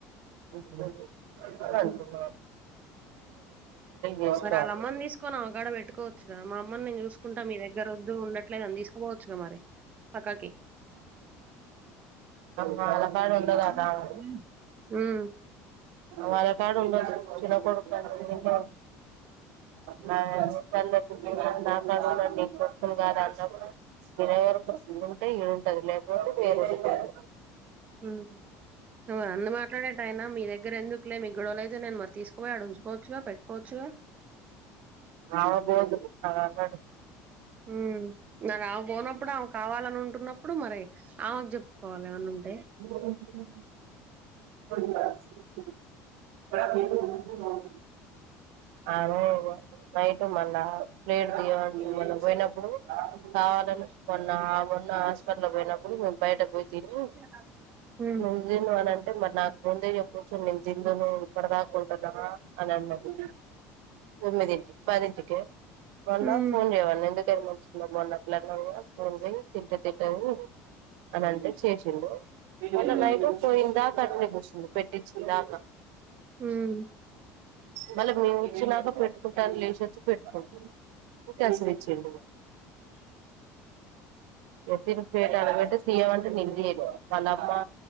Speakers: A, on the right; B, on the right.
A: ఇంటిలోనె ఉంటనం
B: హ్మ్
A: టున్నాడు. చేసుకోవాలి
B: మరి ఆళ్ళ అమ్మని దీసుకొని ఆమెకాడ బెట్టుకోవచ్చు గదా? మా అమ్మని నేను జూసుకుంటా మీ దగ్గర ఒద్దూ ఉండ ట్లేదని దీసుకోపోవచ్చుగా మరి పక్కకి
A: వాళ్ళ కాడ ఉండదట
B: హ్మ్
A: ఆమె
B: హ్మ్
A: వాళ్ళ కాడ ఉండదు చిన్న కొడుకు అని ఈడ్నె ఉంటది నాక్ దెలిసి కన్నెత్తి జూడ గని నా కాడ ఉండు నేన్ కొడుకును గాదా? అన్నా కూడా మీరెవరు? ఈడ ఉంటే ఈడ ఉంటది. లేకపోతే, వేరే సిష్ట్ అయిత
B: ఊ నువు అన్ని మాట్లాడేటాయన మీ దగ్గర ఎందుకులే మీక్ గొడవలు అయితే, నేను మరి తీసుకోపోయి ఆడ ఉంచుకోవచ్చుగా పెట్ కోవచ్చు గా
A: ఆమె బోదు, ఆడ ఉండదు.
B: ఊమ్, మరి ఆమె బోనప్పుడు, ఆమె కావాలని ఉంటున్నప్పుడు మరి ఆమెకు జెప్పుకోవాలె. ఏమన్న ఉంటే
A: <inaudible> <unintelligible> ఆమే నైట్ మల్లా లేటు దీయమంటూ మొన్న బొయినప్పుడు కావాలనె మొన్న ఆ మొన్న హాస్పిటల్ బొయినప్పుడు మేము బయటకు బొయి తినీ
B: చలాకి
A: తిందును అని అంటే, మరి నాకు ముందే జెప్పొచ్చు. నేను తిందునూ ఇప్పటి దాకా ఉంటదా? అని అన్నది. తొమ్మిదింటికి పదింటికే మొన్నా
B: ఉమ్
A: ఫోన్ జేయమన్న ఎందుక్ ఇద్దర్ మంచిగుండడం మొన్న పిలలు దగ్గర సోన్ బొయీ తింటే తిట్టనీ అని అంటే చేసిండు. అటు
B: ఉమ్
A: బయట పోయిన దాకా అట్నే గూసుంది పెట్టిచ్చిన దాకా
B: ఉమ్
A: మళ్ళ మేము ఒచ్చినాక పెట్టుకుంటా అని లేసి ఒచ్చి పెట్టుకుం <unintelligible> దెచ్చిండిగ తిరుప్పేటా ఆడ గొంటే తియ్యవా అంటే నేన్ దియ్యలే మలప్పా